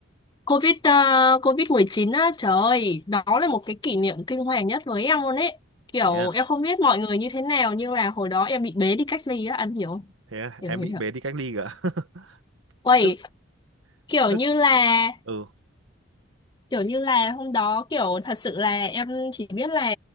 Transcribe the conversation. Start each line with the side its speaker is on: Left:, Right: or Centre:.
Left: Covid ờ, covid mười chín á, trời ơi, đó là một cái kỷ niệm kinh hoàng nhất với em luôn ấy. Kiểu
Right: Thế à?
Left: em không biết mọi người như thế nào nhưng là hồi đó em bị bế đi cách ly á, anh hiểu không?
Right: Thế à?
Left: Hiểu
Right: Em
Left: hiểu
Right: bị
Left: hiểu.
Right: bế đi cách ly cả. <laughs>
Left: Uầy,
Right: Tức
Left: kiểu
Right: tức
Left: như là
Right: ừ
Left: kiểu như là hôm đó kiểu thật sự là em chỉ biết là